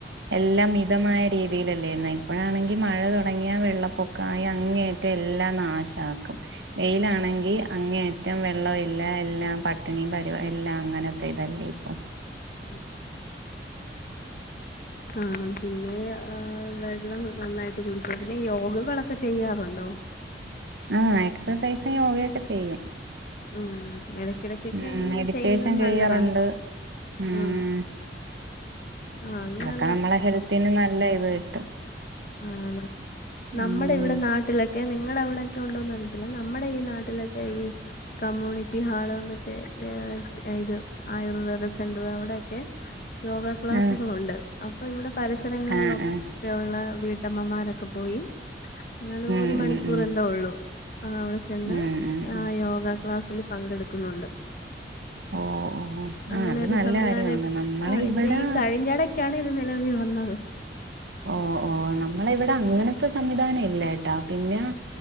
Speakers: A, on the right; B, on the left.
A: എല്ലാം മിതമായ രീ തിയിലല്ലേ ഇന്ന് ഇപ്പോഴാണെങ്കി മഴ തൊടങ്ങിയാ വെള്ളപ്പൊക്കമായി അങ്ങേറ്റം എല്ലാം നാശാ വെയിലാണെങ്കി അങ്ങേയറ്റം വെള്ളം ഇല്ല എല്ലാം പട്ടിണിയും പരുവ എല്ലാം അങ്ങനത്തേതല്ലേ ഇപ്പം
B: അ ആ പിന്നെ വെള്ളം നന്നായിട്ട് കുടിക്കുക പിന്നെ യോഗകളൊക്കെ ചെയ്യാറുണ്ടോ?
A: ആ എക്സസൈസും യോഗയൊക്കെ ചെയ്യും
B: ഉം എടക്കിടക്കൊക്കെ
A: ഉം
B: അങ്ങനെ
A: മെഡിറ്റേഷൻ
B: ചെയ്യണത്
A: ചെയ്യാറുണ്ട്
B: നല്ലതാ
A: ഉം
B: ആ ആഅങ്ങനെ
A: കാരണം നമ്മളെ ഹെൽത്തിന് നല്ല ഇത് കിട്ടും
B: ആഹ അ തെ നമ്മടെ
A: ഉം
B: ഇവിടെ നാട്ടിലൊക്കെ നിങ്ങള അവിടൊക്കെ ഉണ്ടോന്നറിത്തില്ല നമ്മുടെ ഈ നാട്ടിലൊക്കെ ഈ കമ്മ്യൂണിറ്റി ഹാള് മറ്റേ ഇത് ആയുർവേദ സെന്ററ് അവിടെയൊക്കെ യോഗ ക്ലാസ്സുകളുണ്ട്
A: ആഹ്
B: അപ്പൊ ഇവിടെ പരിസരങ്ങളിലൊക്കെയുള്ള
A: ആഹ് ആഹ്
B: വീട്ടമ്മമാരൊക്കെ പോയി അങ്ങനെ
A: ഉം
B: ഒരു മണിക്കൂർ
A: ഉം ഉം
B: എന്താ ഉള്ളൂ ആ അവിടെ ചെന്ന്
A: ഉം ഉം
B: ആ
A: ഉം
B: യോഗ ക്ലാസ്സിൽ പങ്കെടുക്കുന്നുണ്ട്
A: ഓഹ് ഓഹ്
B: അങ്ങനെ
A: ആഹ് അത്
B: ഒരു
A: നല്ല
B: സംവിധാനം
A: കാര്യമാണ് നമ്മളെ
B: ആ
A: ഇവിടെ
B: ഇപ്പൊ ഈ കഴിഞ്ഞിട ക്കാണീ ഇത് നിലവിൽ വന്നത്
A: ഓ ഓ നമ്മള് ഇവിടെ അങ്ങനത്തെ സംവിധാനം ഇല്ല ട്ടാ പിന്നെ